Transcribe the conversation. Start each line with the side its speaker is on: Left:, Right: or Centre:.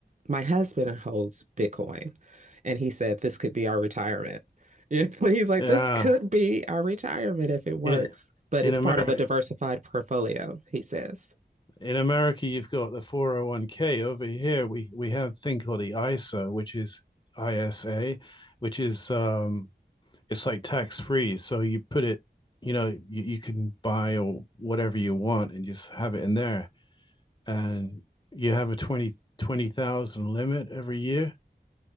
Right: my husband holds Bitcoin and he said this could be our retirement. Yeah, <laughs> he's like,
Left: Yeah.
Right: this could be our retirement if it works,
Left: In
Right: but
Left: in
Right: it's
Left: America
Right: part of a diversified portfolio, he says.
Left: in America you've got the 401k. Over here we we have a thing called the ISA, which is ISA, which is um it's like tax free. So you put it, you know, you, you can buy or whatever you want and just have it in there. And you have a twenty twenty thousand limit every year.